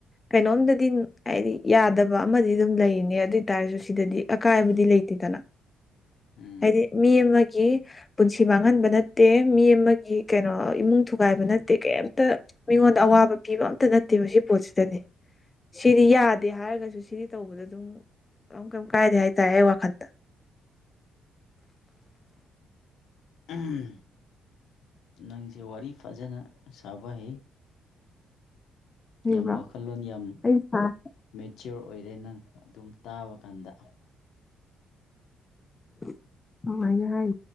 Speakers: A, on the left; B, on the left.
A: ꯀꯩꯅꯣꯝꯗꯗꯤ ꯍꯥꯏꯗꯤ ꯌꯥꯗꯕ ꯑꯃꯗꯤ ꯑꯗꯨꯝ ꯂꯩꯅꯦ ꯑꯗꯨꯏꯇꯥꯔꯁꯨ ꯁꯤꯗꯗꯤ ꯑꯀꯥꯏꯕꯗꯤ ꯂꯩꯇꯦꯗꯅ
B: ꯎꯝ ꯎꯝ
A: ꯍꯥꯏꯗꯤ ꯃꯤ ꯑꯃꯒꯤ ꯒꯤ ꯄꯨꯟꯁꯤ ꯃꯥꯡꯍꯟꯕ ꯅꯠꯇꯦ ꯃꯤ ꯑꯃꯒꯤ ꯀꯩꯅꯣ ꯏꯃꯨꯡ ꯊꯨꯒꯥꯏꯕ ꯅꯠꯇꯦ ꯀꯩꯝꯇ ꯃꯤꯉꯣꯟꯗ ꯑꯋꯥꯕ ꯄꯤꯕ ꯑꯝꯇ ꯅꯠꯇꯦꯕ ꯁꯤ ꯄꯣꯠꯁꯤꯗꯅꯦ ꯁꯤꯗꯤ
B: ꯎꯝ
A: ꯌꯥꯗꯦ ꯍꯥꯏꯔꯒꯁꯨ ꯁꯤꯗꯤ ꯇꯧꯕꯗ ꯑꯗꯨꯝ ꯀꯝ ꯀꯩꯝ ꯀꯥꯏꯗꯦ ꯍꯥꯏꯇꯥꯔꯦ ꯑꯩ ꯋꯥꯈꯜ
B: ꯎꯝ ꯅꯪꯁꯦ ꯋꯥꯔꯤ ꯐꯖꯅ ꯁꯥꯕ ꯍꯩ
A: ꯁꯦꯡꯕ
B: ꯌꯥꯝ ꯋꯥꯈꯜꯂꯣꯟ ꯌꯥꯝ
A: ꯑꯩ ꯏꯁꯥꯁꯦ
B: ꯃꯤꯠ ꯆꯤꯌꯣꯔ ꯑꯣꯏꯔꯦ ꯅꯪ ꯑꯗꯨꯝ ꯇꯥꯕ ꯀꯥꯟꯗ
A: <inaudible> ꯍꯥꯏ